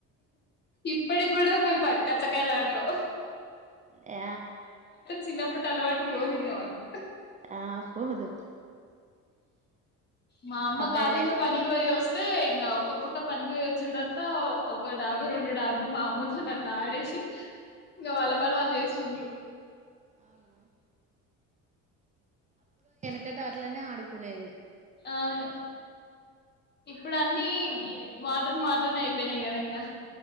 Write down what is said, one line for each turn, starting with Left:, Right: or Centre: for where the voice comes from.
Left: ఇప్పటి కూడా మేము ప కాచ్చకాయలు ఆడుతాం
Right: ఆ
Left: చిన్నప్పుటి అలవాటు పోదు ఇంగా మాకు
Right: ఆ పోదు
Left: మా అమ్మ
Right: అబ్బాయిలయితే
Left: కాళీగా పనికిపోయి
Right: ఇగ
Left: వస్తే ఇంగా ఒక పుట్ట పనికిపోయి వచ్చిన తర్వాత ఒక డాబు రెండు డాబు మా అమ్మతోని అట్లా ఆడేసి ఇంకా వాళ్ళ పని వాళ్ళు చేసుకుంట్రు
Right: అవునా ఇక్కట అట్లనే ఆడుకునేది
Left: అవును ఇప్పుడు అన్నీ
Right: ఇప్పుడు
Left: మోడర్న్ మార్ డ్రన్ అయిపోయి కదా ఇంకా